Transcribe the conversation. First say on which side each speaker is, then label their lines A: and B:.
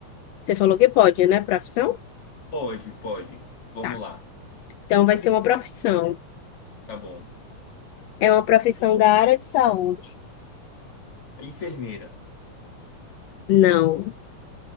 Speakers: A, on the left; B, on the left.
A: Você falou que pode, né? Profissão?
B: Pode, pode. Vamos
A: Tá.
B: lá.
A: Então vai ser uma profissão.
B: Tá bom.
A: É uma profissão da área de saúde.
B: Enfermeira.
A: Não.